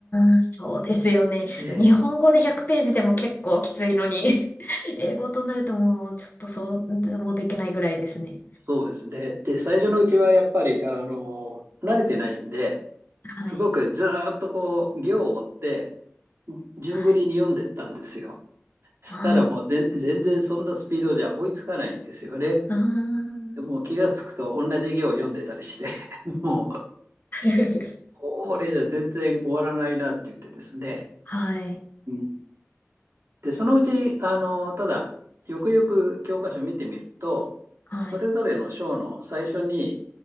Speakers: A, on the left; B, on the right.
A: ーん、そうですよね。
B: ええ、
A: 日本語で100ページでも結構きついのに、<laughs> 英語となるともうちょっとそうでもできないぐらいですね。
B: そうですね。で、最初のうちはやっぱり、あの、慣れてないんで、
A: はい。
B: すごくずーっとこう、行を追って、順繰りに読んでったんですよ。
A: はい。
B: したらもう全全然そんなスピードじゃ追いつかないんですよね。
A: ああ、ああ、
B: でもう気がつくと同じ行を読んでたりして、<laughs> もう、
A: <laughs>
B: これじゃ全然終わらないなって言ってですね。
A: はい、
B: うんで、そのうち、あの、ただ、よくよく教科書を見てみると、
A: はい、
B: それぞれの章の最初に、